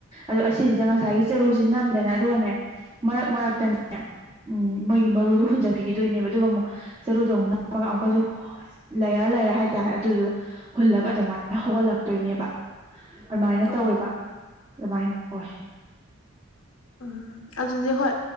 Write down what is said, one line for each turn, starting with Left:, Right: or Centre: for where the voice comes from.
Right: ꯑꯗꯣ ꯑꯁꯤꯁꯤꯗ ꯉꯁꯥꯏꯒꯤ ꯆꯔꯨꯁꯤ ꯅꯝꯗꯦꯅ ꯑꯗꯨꯒꯅꯦ ꯃꯔꯛ ꯃꯔꯛꯇꯅꯦ ꯎꯝ ꯃꯣꯏꯒꯤ ꯃꯔꯨꯗꯣ ꯍꯨꯟꯖꯟꯕꯤꯒꯤꯗꯣꯏꯅꯦꯕ ꯑꯗꯨꯒ ꯑꯃꯨꯛ ꯆꯔꯨꯗꯧꯅ ꯑꯃ ꯑꯃꯨꯛꯀꯁꯨ ꯂ꯭ꯌꯥꯔ ꯂ꯭ꯌꯥꯔ ꯍꯥꯏꯇꯥꯔꯦ ꯑꯗꯨꯗꯣ ꯍꯨꯜꯂꯒ ꯑꯗꯨꯃꯥꯏꯅ ꯍꯧꯍꯜꯂꯛꯇꯣꯏꯅꯦꯕ ꯑꯗꯨꯃꯥꯏꯅ
Left: ꯑꯣ
Right: ꯇꯧꯋꯦꯕ ꯑꯗꯨꯃꯥꯏꯅ ꯇꯧꯋ
Left: ꯎꯝ ꯑꯗꯨꯗꯤ ꯍꯣꯏ